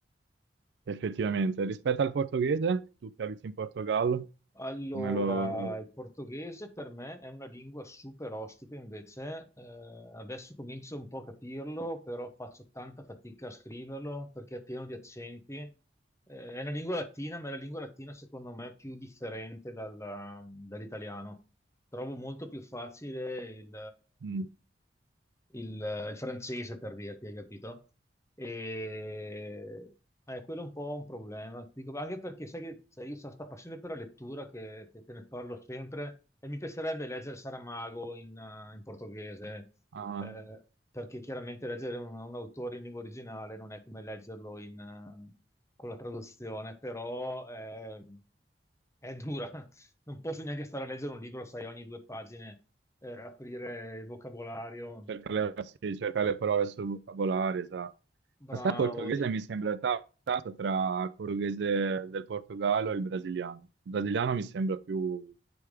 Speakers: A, on the right; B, on the left.
A: effettivamente. Rispetto al portoghese, tu che abiti in Portogallo,
B: Allora,
A: come lo... lo-
B: il portoghese per me è una lingua super ostica, invece eh, adesso comincio un po' a capirlo, però faccio tanta fatica a scriverlo perché è pieno di accenti. Eh, è una lingua latina, ma è la lingua latina secondo me più differente dalla- dall'italiano. Trovo molto più facile il,
A: mm,
B: il, il francese per dirti, hai capito? E eh, quello è un po' un problema. Ti dico, anche perché sai che sai, io ho questa passione per la lettura che, che te ne parlo sempre e mi piacerebbe leggere Saramago in, eh, in portoghese,
A: ah,
B: eh, perché chiaramente leggere un, un autore in lingua originale non è come leggerlo in, eh, con la traduzione, però eh, è dura. <laughs> Non posso neanche stare a leggere un libro, sai, ogni due pagine eh, aprire il vocabolario.
A: cerca le, sì, cerca le parole sul vocabolario, esatto.
B: Bravo,
A: Ma sai, il portoghese
B: de-
A: mi sembra ta- tanto tra il portoghese del Portogallo e il brasiliano. Il brasiliano mi sembra più